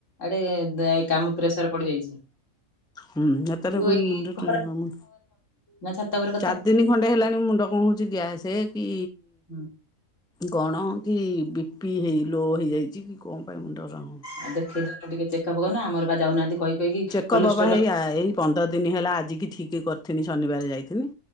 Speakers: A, on the left; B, in the centre.
A: ଆଡେ ଦେ କାମ ପ୍ରେସର ପଡିଯାଇଛି।
B: ହୁଁ ଏଥିରେ
A: ତୁ
B: ପୁଣି
A: ଏଇ
B: ମୁଣ୍ଡ
A: ଘର
B: ଟିଣ ମୁ।
A: ନା ଛାତ ଉପର
B: ଚାରି ଦିନ ଖଣ୍ଡେ ହେଲାଣି ମୁଣ୍ଡ କଣ ହଉଛି ଗ୍ୟାସ କି
A: ହୁଁ
B: କଣ କି ବି ପି ହେଇ ଲୋ ହେଇଯାଇଛି କି କଣ ପାଇଁ ମୁଣ୍ଡ ର
A: ଆଉ ଦେଖେଇଦଉନୁ ଟିକେ ଚେକଅପ କରନ ଆମର ବା ଯାଉନାହାନ୍ତି କହି କହିକି
B: ଚେକଅପ୍
A: କଲେଷ୍ଟ୍ରୋଲ
B: ବା ହେଇ ଏଇ ପନ୍ଦର ଦିନ ହେଲା ଆଜିିକି ଠିକ କରିଥିନି ଶନିବାର ଯାଇଥିଲି।